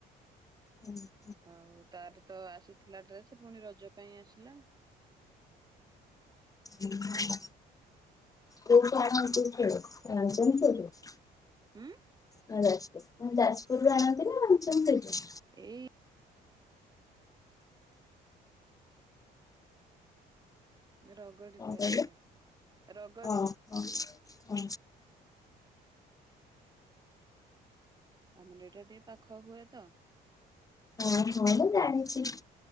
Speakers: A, on the left; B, on the right.
A: ହୁଁ।
B: ଆଉ ତାର ତ ଆସିଥିଲା ଡ୍ରେସ ପୁଣି ରଜ ପାଇଁ ଆସିଲା।
A: ଉଁ ହୁଁ କୋଉଠୁ ଆଣୁଛନ୍ତି ଡ୍ରେସ <unintelligible>
B: ହୁଁ
A: ହଁ ଯାଜପୁର ଯାଜପୁର ରୁ ଆଣନ୍ତି ନା ଆଣୁଛନ୍ତି ସେଇଠୁ।
B: ଏଇ। ରଗଡିରୁୁ
A: କଣ କହିଲେ?
B: ଆସେ ରଗଡିରୁୁ।
A: ଓହୋ ହଁ ହଁ
B: ଆମର ଏଇଟା ଟିକେ ପାଖ ହୁଏ ତ।
A: ଓ ହ ମୁ ମୁ ଜାଣିଚି।